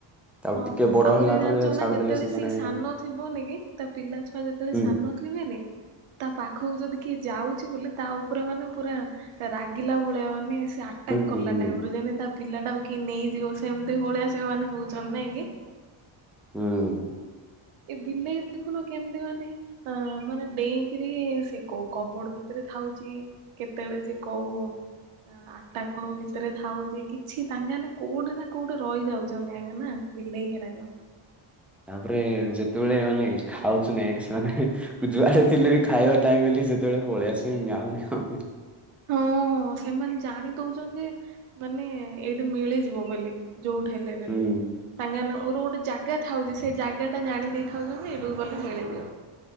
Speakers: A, in the centre; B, on the right.
A: ତାପରେ
B: ହଁ
A: ଟିକେ ବଡ
B: ଆହୁରି
A: ହେଲା
B: ଜାଣିଚ
A: ପରେ
B: ନା
A: ଛାଡିଦେଲେ
B: ଯେତେବେଳେ
A: ସେମାନେ
B: ସିଏ ସାନ ଥିବନି କି ତା ପିଲା ଛୁଆ ଯେତେବେଳେ
A: ହୁଁ
B: ସାନ ଥିବେନି ତା ପାଖକୁ ଯଦି କିଏ ଯାଉଛି ବୋଲେ ତା ଉପରେ ମାନେ ପୁରା ରାଗିଲା ଭଳିଆ ମାନେ ସେ
A: ହୁଁ
B: ଟା କଲା
A: ହୁଁ ହୁଁ।
B: ଟାଇପ ରୁ ଯେମତି ତା ପିଲା ଟାକୁ କିଏ ନେଇଯିବ ସେମିତି ଭଳିଆ ସେମାନେ ହଉଛନ୍ତି ନାଇଁ କି
A: ହୁଁ।
B: ଏ ବିଲେଇ ଦେଖୁନ କେମିତି ମାନେ ହ ମାନେ ଡେଇଁକିରି ସେ କୋଉ କବଡ ଭିତରେ ଥାଉଛି। କେତେବେଳେ ଯେ କୋଉ ଆଟାକ୍ ଭିତରେ ଥାଉଛି କିଛି ତାଙ୍କେମାନେ କୋଉଠି ନା କୋଉଠି ରହିଯାଉଛନ୍ତି ଆଜ୍ଞା ନା। ବିଲେଇ ହେରାକ।
A: ତାପରେ ଯେତେବେଳେ ମାନେ ଖାଉଛୁ ନ ସେମାନେ ଯୁଡେ ଥିଲେ ବି ଖାଇବା ଟାଇମ ହେଲେ ସେତେବେଳେ ପଳେଇଆସିବେ ମୀଆଁଉ ମିଆଁଉ
B: ହଁ ସେମାନେ ଜାଣି ଦଉଛନ୍ତି ଯେ ମାନେ ଏଇଠି ମିଳିଯିବ ବୋଲି। ଯୋଉଠି ହେଲେ ନଲେ
A: ହୁଁ
B: ତାଙ୍କେ ମାନେ ଯୋଉ ଗୋଟେ ଜାଗା ଥାଉଛି ସେ ଜାଗା ଟା ଜାଣି ଦେଇଥାଉଛନ୍ତି ଏଇଠୁ ଗଲେ ମିଳିଯିବ।